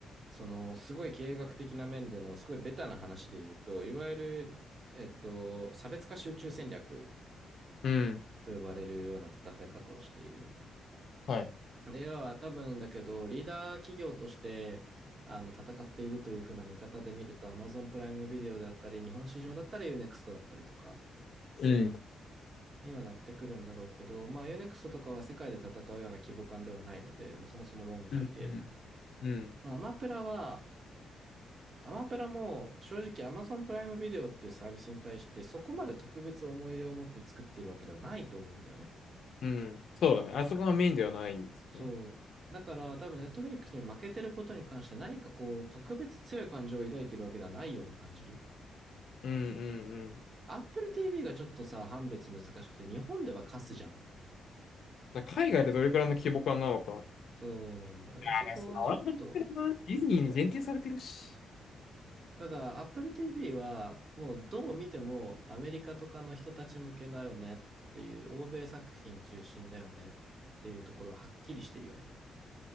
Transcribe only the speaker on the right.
その、すごい経営学的な面での、すごいベタな話で言うと、いわゆる、えっと、差別化集中戦略
と呼ばれるような戦い方をしている。
で要は多分だけど、リーダー企業として、あの、戦っているというふうな見方で見ると、Amazon プライムビデオであったり、日本市場だったり、Unext だったりとか
にはなってくるんだろうけど、まあ、Unext とかは世界で戦うような規模感ではないので、もうそもそも論外で、
まあ、アマプラは、アマプラも正直 Amazon プライムビデオっていうサービスに対してそこまで特別思い入れを持って作っているわけではないと思うんだよね。
そう。だから多分 Netflix に負けてることに関して何かこう特別強い感情を抱いているわけではないように感じる。
Apple TV がちょっとさ、判別難しくて日本ではカスじゃん。
そうなんだよね。そこがちょっと
ただ、Apple TV は、もうどう見てもアメリカとかの人たち向けだよねっていう、欧米作品中心だよねっていうところははっきりしてるよね。